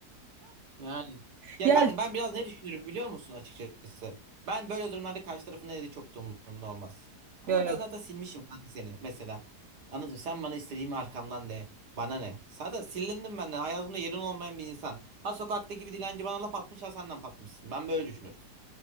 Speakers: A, on the right (about 85°); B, on the right (about 55°).
A: Yani. Ya
B: Ya,
A: kanka ben biraz ne düşünürüm biliyor musun açıkçası? Ben böyle durumlarda karşı tarafın ne dediği çok da umurumda olmaz. Anladın,
B: ya,
A: mı?
B: ya,
A: ben zaten silmişim kanka seni mesela. Anladın mı? Sen bana istediğimi arkamdan de. Bana ne? Zaten silindim benden. Hayatımda yerin olmayan bir insan. Ha sokaktaki bir dilenci bana laf atmış ha sen laf atmışsın. Ben böyle düşünürüm.